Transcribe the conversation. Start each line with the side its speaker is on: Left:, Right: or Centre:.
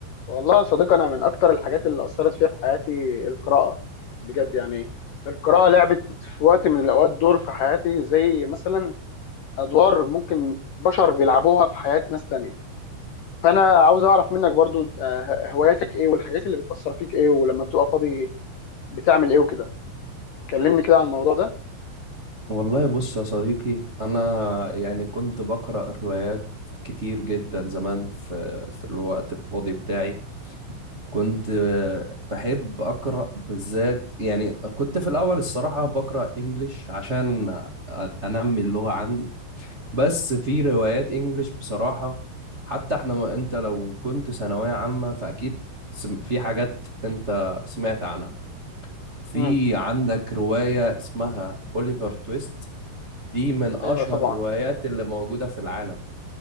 Left: والله يا صديقي انا من اكتر الحاجات اللي اثرت فيها في حياتي القراءه بجد يعني القراءه لعبت في وقت من الاوقات دور في حياتي زي مثلا ادوار ممكن بشر بيلعبوها في حياه ناس تانية فانا عاوز اعرف منك برضو انت ه- هواياتك ايه والحاجات اللي بتاثر فيك ايه ولما بتبقى فاضي بتعمل ايه وكده كلمني كده عن الموضوع ده
Right: والله بص يا صديقي أنا يعني كنت بقرأ روايات كتير جدا زمان في في الوقت الفاضي بتاعي كنت آه، بحب أقرأ بالذات يعني كنت في الأول الصراحة بقرأ إنجليش عشان أ- أنمي اللغة عندي بس في روايات إنجليش بصراحة حتى إحنا ما أنت لو كنت ثانوية عامة فأكيد سم- في حاجات أنت سمعت عنها في
Left: امم
Right: عندك رواية اسمها أوليفر تويست دي من اشهر
Left: ايوه طبعا
Right: الروايات اللي موجوده في العالم